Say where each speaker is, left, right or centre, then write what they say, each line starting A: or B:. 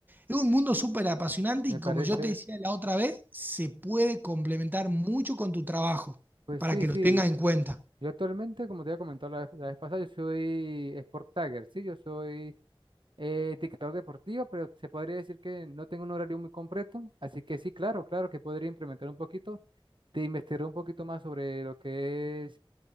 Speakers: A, on the right (about 20°); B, on the right (about 60°).
A: Es un mundo súper apasionante
B: me
A: y
B: parece,
A: como yo te decía la otra vez, se puede complementar mucho con tu trabajo
B: pues
A: para
B: sí,
A: que
B: sí.
A: lo tengas en cuenta.
B: Yo actualmente, como te había comentado la vez, la vez pasada, yo soy Sport Tagger, sí, yo soy eh, etiquetador deportivo, pero se podría decir que no tengo un horario muy completo, así que sí, claro, claro que podría implementar un poquito te investigar un poquito más sobre lo que es